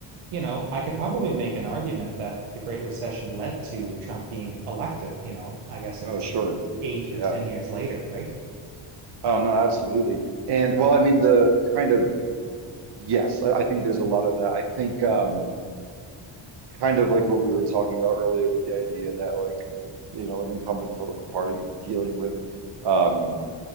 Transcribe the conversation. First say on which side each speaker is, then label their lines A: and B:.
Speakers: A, on the right; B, on the right.
A: you know, I could probably make an argument that the Great Recession led to Trump being elected. You know, I guess it
B: Oh,
A: was
B: sure.
A: e, eight
B: Yeah.
A: or 10 years later, right?
B: Oh no, absolutely. And well, I mean the kind of yes, I, I think there's a lot of that. I think um kind of like what we were talking about earlier with the idea that like you know an incumbent political party dealing with um